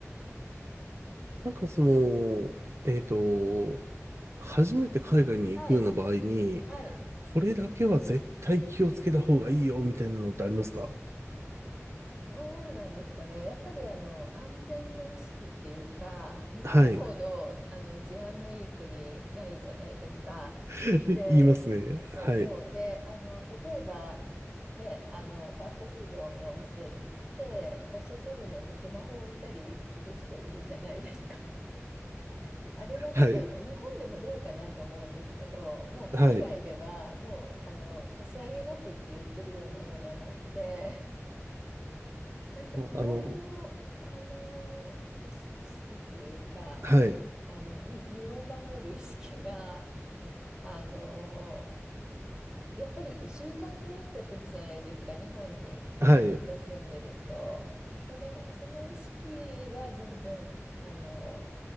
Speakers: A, on the right (about 60°); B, on the right (about 15°).
A: なんかその、えっと、初めて海外に行くような場合に、
B: はい。はい。
A: これだけは絶対気をつけた方がいいよ、みたいなのってありますか
B: どうなんですかね。やっぱりあの安全の意識っていうか、日本ほどあの治安のいい国ないじゃないですか。
A: はい。<laughs>
B: で、
A: 言いますね。
B: そうそう。
A: はい。
B: で、あの例えばね、あのファーストフードのお店行って場所取るのにスマホを置いたりする人いるじゃないですか。<laughs> あれはちょっと日本でもどうかなと思うんですけど、
A: はい。
B: もう海外ではもうあの差し上げますって言ってるようなものなんで。
A: はい。
B: なんかその辺の、
A: あ、あの、
B: あの意識、意識っていうか、
A: はい。
B: あの、身、身を守る意識が、あのやっぱり習慣になっちゃってるじゃないですか、日本にずっと住んでると。
A: はい。
B: でそれ、その意識は全然あの